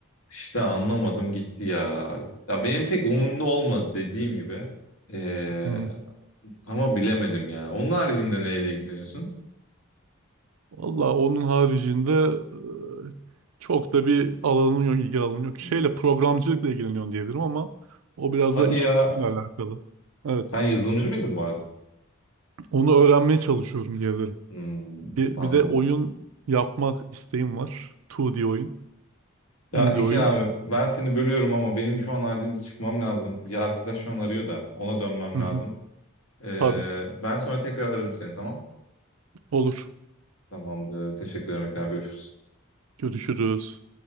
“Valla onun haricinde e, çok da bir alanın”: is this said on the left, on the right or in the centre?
Right